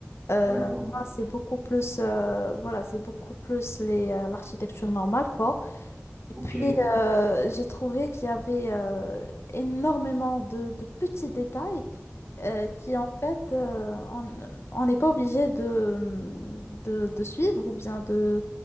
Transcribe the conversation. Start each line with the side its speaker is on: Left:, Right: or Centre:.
Left: Euh,
Right: D'accord,
Left: moi, c'est beaucoup plus, euh, voilà, c'est beaucoup plus les, euh, l'architecture normale, quoi. Et
Right: ok,
Left: puis,
Right: ouais,
Left: euh, j'ai trouvé qu'il y avait euh, énormément de, de petits détails euh, qui en fait, euh, on on n'est pas obligé de, de, de suivre ou bien de,